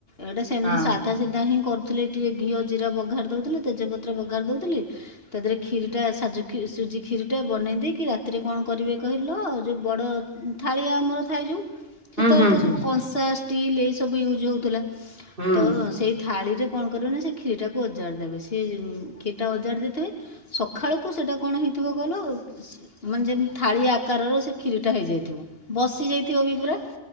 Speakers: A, on the left; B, on the right.
A: ଏଇଟା ସେମିତି
B: ହଁ
A: ସା ସିଧା ହିଁ କରୁଥିଲେ ଟିକେ ଘିଅ ଜିରା ବଘାରି ଦଉଥିଲେ ତେଜପତ୍ର ବଘାରି ଦଉଥିଲେ ତା ଦେହରେ ଖିରିଟା ସାଜୁକି ସୁଜି ଖିରିଟା ବନେଇ ଦେଇକି ରା ସେଥିରେ କଣ କରିବେ କହିଲ ଯେଉଁ ବଡ଼ ଥାଳିଆ ଆମର ଥାଏ ଯଉ ସେତେବେଳେ
B: ହୁଁ
A: ତ
B: ହୁଁ
A: ସବୁ
B: ହୁଁ ହୁଁ ହୁଁ ହୁଁ
A: କଂସା ଷ୍ଟିଲ୍ ଏଇ ସବୁ ୟୁଜ୍ ହଉଥିଲା
B: ହୁଁ
A: ତ ସେଇ ଥାଳିରେ କଣ କରିବ ନା ସେ ଖିରିଟାକୁ ଅଜାରି ଦେବେ ସେ ଖିରିଟା ଅଜାଡ଼ି ଦେଇଥିବେ ସଖାଳକୁ ସେଟା କଣ ହେଇଥିବ କହିଲ ମାନେ ଯେମିତି ଥା ଳି ଆକାରର ସେ ଖିରିଟା ହେଇଯାଇଥିବ ବସି ଯାଇଥିବ ବି ପୁରା।